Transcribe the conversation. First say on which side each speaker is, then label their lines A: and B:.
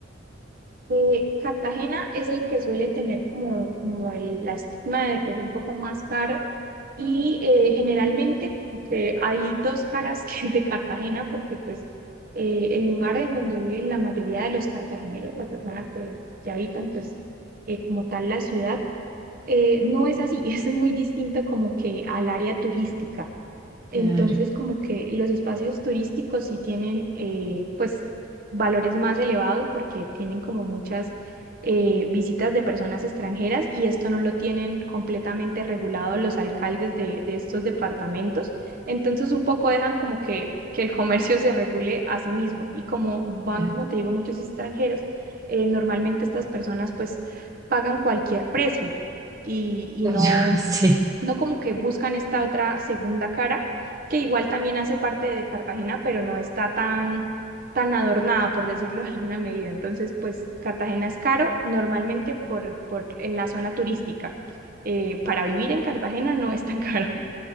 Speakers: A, on the right; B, on the right.
A: Eh, Cartagena es el que suele tener como, como el, la estigma de que es un poco más caro y eh, generalmente como que hay dos caras <laughs> que- de Cartagena porque pues eh, el lugar en donde viven la mayoría de los cartageneros, las personas que, que habitan pues eh, como tal la ciudad, eh, no es así, <laughs> es muy distinto como que al área turística. Entonces,
B: Claro,
A: como que los espacios turísticos sí tienen, eh, pues, valores más elevados porque tienen como muchas eh, visitas de personas extranjeras y esto no lo tienen completamente regulado los alcaldes de, de estos departamentos. Entonces, un poco dejan como que, que el comercio se regule a sí mismo y como van,
B: claro,
A: como te digo, muchos extranjeros, eh, normalmente estas personas pues pagan cualquier precio y, y
B: claro,
A: no
B: <laughs> sí,
A: no como que buscan esta otra segunda cara, que igual también hace parte de Cartagena, pero no está tan, tan adornada, por decirlo de alguna medida. Entonces, pues Cartagena es caro normalmente por, por en la zona turística. Eh, para vivir en Cartagena no es tan <laughs> caro.